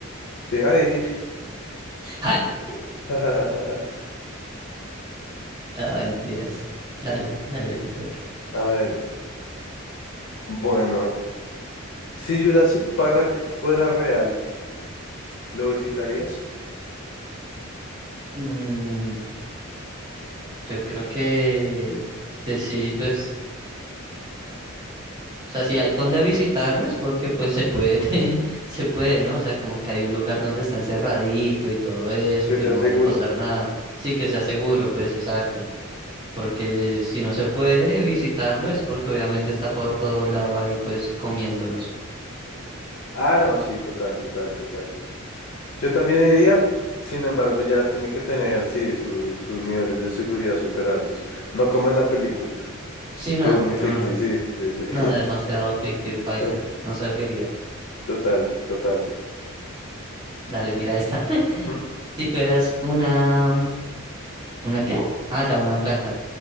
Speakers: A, on the left; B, on the right.
A: Sí, ahí.
B: ¡Ay!
A: <laughs>
B: Ah, mentiras. Dale, dale, te toca.
A: A ver, bueno, si Jurassic Park fuera real, ¿lo visitarías?
B: Mm, yo creo que, que sí, pues. O sea, si hay donde visitarlo es porque pues se puede, <laughs> se puede, ¿no? O sea, como que hay un lugar donde está encerradito y todo eso,
A: Que
B: que
A: sea
B: no
A: seguro.
B: vaya a pasar nada. Sí, que sea seguro, pues exacto. Porque si no se puede visitarlo es porque obviamente está por todo lado ahí pues comiéndonos.
A: Ah, no, sí, total, total, total. Yo también iría, sin embargo, ya tiene que tener, sí, su- sus niveles de seguridad súper altos. No como en la película,
B: Sí, no,
A: que es muy
B: no,
A: ficticio,
B: no,
A: sí, sí, sí. <laughs>
B: no, demasiado fictivo, paila,
A: Eh,
B: no serviría.
A: Total, total.
B: Dale, mira esta. <laughs>
A: Ujú.
B: Si fueras una... ¿Una qué? Ah, ya, una planta.